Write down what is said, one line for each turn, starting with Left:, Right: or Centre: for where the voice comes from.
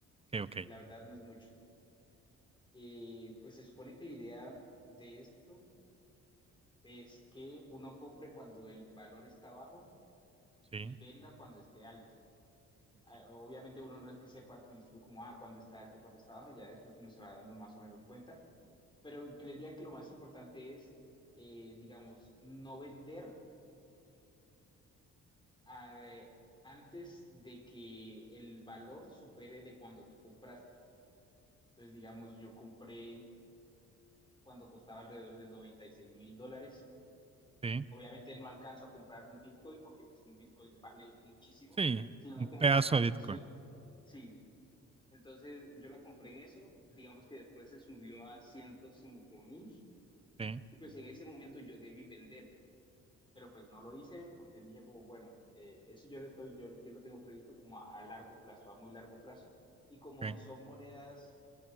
Right: Ok, ok.
Left: La verdad no es mucho. Eh, pues se supone que la idea de esto es que uno compre cuando el valor está bajo
Right: Sí.
Left: y venda cuando esté alto.
Right: ok,
Left: Ah, Obviamente uno no es que sepa al principio como, ah, cuando está alto, cuando está bajo, ya después uno se va dando más o menos cuenta, pero creería que lo más importante es, eh, digamos, no vender a- eh, antes de que el valor supere de cuando tú compraste. Entonces, digamos, yo compré cuando costaba alrededor de noventa y seis mil dólares
Right: Sí.
Left: Obviamente no alcanzo a comprar un Bitcoin porque pues un Bitcoin vale muchísimo,
Right: Sí.
Left: sino
Right: Un
Left: como
Right: pedazo
Left: una fracción.
Right: de Bitcoin.
Left: Sí, entonces yo la compré en eso, digamos que después se subió a ciento cinco mil
Right: Sí.
Left: y pues en ese momento yo debí vender, pero pues no lo hice porque dije como, bueno, eh, eso yo lo estoy, yo, yo lo tengo previsto como a, a largo plazo, a muy largo plazo. Y como
Right: ok,
Left: son monedas,